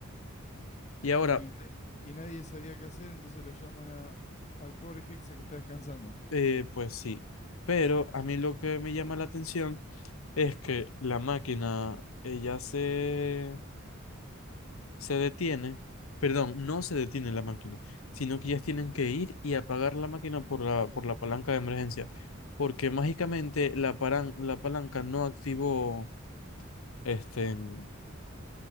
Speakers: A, on the left (about 85°); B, on the left (about 35°).
A: Y ahora,
B: Y, na- y nadie sabía qué hacer, entonces lo llaman a- al pobre Hexa que está descansando.
A: eh, pues sí, pero a mí lo que me llama la atención es que la máquina, ella se se detiene, perdón, no se detiene la máquina, sino que ellas tienen que ir y apagar la máquina por la, por la palanca de emergencia, porque mágicamente la, paran- la palanca no activó este, mm,